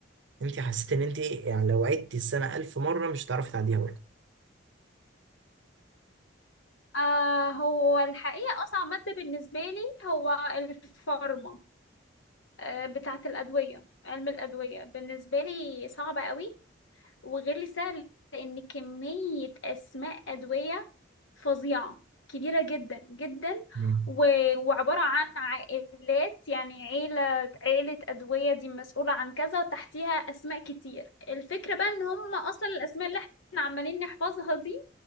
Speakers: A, on the right; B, on the left.
A: انت حسيت ان انت يعني لو عدتي السنة الف مرة مش هتعرفي تعديها برضه
B: آه هو الحقيقة أصعب مادة بالنسبة لي هو الفارما آه، بتاعة الأدوية علم الأدوية بالنسبة لي صعبة قوي وغير لي سهل لأن كمية أسماء أدوية فظيعة كبيرة جدا جدا
A: مم.
B: و- وعبارة عن عائلات يعني عيلة عيلة أدوية دي مسؤولة عن كذا وتحتيها أسماء كتير الفكرة بقى إن هم أصلا الأسماء اللي احنا عمالين نحفظها دي